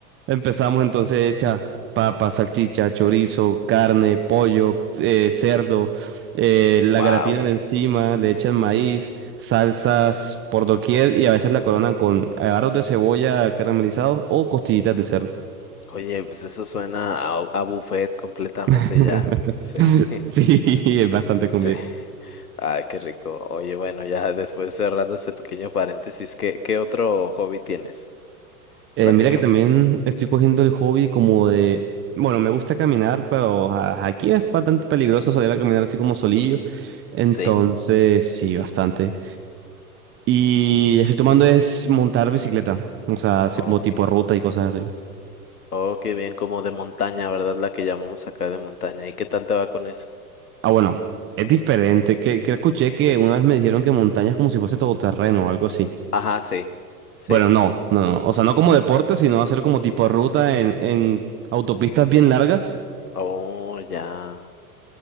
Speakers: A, on the right; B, on the left.
A: empezamos entonces hecha papa, salchicha, chorizo, carne, pollo, eh, cerdo, eh, la
B: Wow.
A: gratinan encima, le echan maíz, salsas por doquier y a veces la coronan con aros de cebolla caramelizados o costillitas de cerdo.
B: Oye, pues eso suena a, a buffet completamente
A: <laughs>
B: ya. Sí. <laughs>
A: Sí, es bastante comida.
B: Sí. Ay, qué rico. Oye, bueno, ya después cerrando ese pequeño paréntesis, ¿qué, qué otro hobby tienes?
A: Eh,
B: Platícame.
A: mira que también estoy cogiendo el hobby como de, bueno, me gusta caminar, pero a- aquí es bastante peligroso salir a caminar así como solillo. Entonces,
B: ¿Sí?
A: sí, bastante. Y estoy tomando es montar bicicleta, o sea, así
B: Oh,
A: como tipo ruta y cosas así.
B: oh, qué bien, como de montaña, ¿verdad? La que llamamos acá de montaña. ¿Y qué tal te va con eso?
A: Ah, bueno, es diferente. Que, que escuché que una vez me dijeron que montaña es como si fuese todoterreno o algo así.
B: Ajá, sí, sí.
A: Bueno, no, no, no. O sea, no como deporte, sino hacer como tipo ruta en, en autopistas bien largas.
B: Oh, ya,